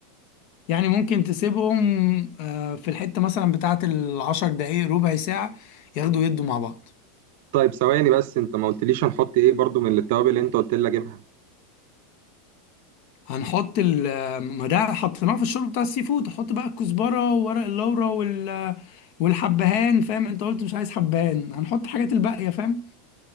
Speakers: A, on the left; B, on the right.
A: يعني ممكن تسيبهم آه في الحته مثلا بتاعت العشر دقايق ربع ساعه ياخدوا يدوا مع بعض
B: طيب ثواني بس انت ما قلتليش هنحط ايه برضو من التوابل اللي انت قلت لي اجيبها
A: هنحط ال ما ده حطيناه في الشوربه بتاع السي فود هحط بقى الكزبره وورق اللورا وال والحبهان فاهم انت قلت مش عايز حبهان هنحط حاجات الباقيه فاهم